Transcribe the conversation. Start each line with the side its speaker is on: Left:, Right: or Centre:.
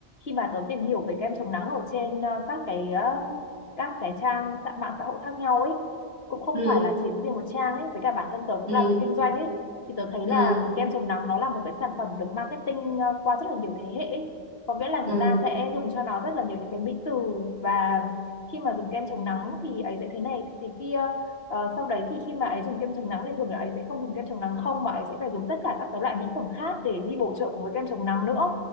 Left: khi mà tớ tìm hiểu về kem chống nắng ở trên ờ, các cái ờ, các cái trang xã- mạng xã hội khác nhau ấy cũng không
Right: ừ.
Left: phải là chỉ riêng một trang ấy với cả bản thân tớ
Right: Ừ.
Left: cũng làm về kinh doanh ấy thì tớ thấy
Right: Ừ.
Left: là kem chống nắng nó là một cái sản phẩm được marketing ờ, qua rất là nhiều thế hệ ấy. Có nghĩa là người
Right: Ừ.
Left: ta sẽ dùng cho nó rất là nhiều những cái mỹ từ và khi mà dùng kem chống nắng thì ấy sẽ thế này thế kia Ờ, sau đấy thì khi mà ấy dùng kem chống nắng thì thường là ấy sẽ không dùng kem chống nắng không mà ấy sẽ phải dùng tất cả các cái loại mỹ phẩm khác để đi bổ trợ cùng với kem chống nắng nữa